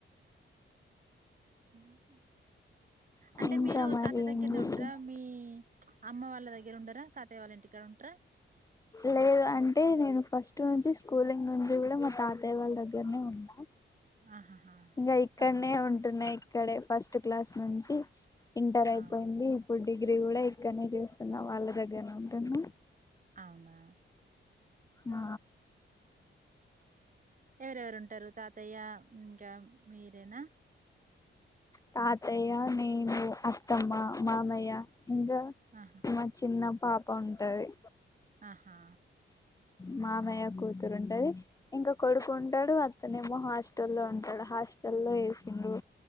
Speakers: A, on the right; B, on the left.
A: హ అంటే
B: ఇంకా
A: మీరు
B: మరి
A: తాతయ
B: ఏం
A: దగ్గరనే
B: చేస్తున్నా
A: ఉండరాా మీ అమ్మ వాళ్ళ దగ్గర ఉండరాా తాతయ వాళ్ళ ఇంటి ఎక్కడ ఉంటార
B: లేదు అంటే నేను ఫస్ట్ నుంచి స్కూలింగ్ నుంచి కూడా మా తాతయ్య వాళ్ళ దగ్గరనే ఉన్నాం
A: ఆహాహా
B: ఇంకా ఇక్కడనే
A: అవునా
B: ఉంటున్నాయి ఇక్కడే ఫస్ట్ క్లాస్ నుంచి ఇంటర్ అయిపోయింది
A: అవును
B: ఇప్పుడు డిగ్రీ కూడా ఇక్కనే చూస్తున్నా వాళ్ళ దగ్గరనే ఉంటున్నా
A: అవునా
B: ఆ
A: ఎవరెవరు ఉంటారు తాతయ్య ఇంకా మీరేనా
B: తాతయ్య నేను అత్తమ్మ మామయ్య ఇంగా
A: ఆహా!
B: మ చిన్న పాప ఉంటది
A: ఆహా
B: మామయ్య కూతురుంటది ఇంకా కొడుకు ఉంటాడు అతనే ఏమో హాస్టల్ల్లో ఉంటాడు హాస్టల్లో వేసిండ్రు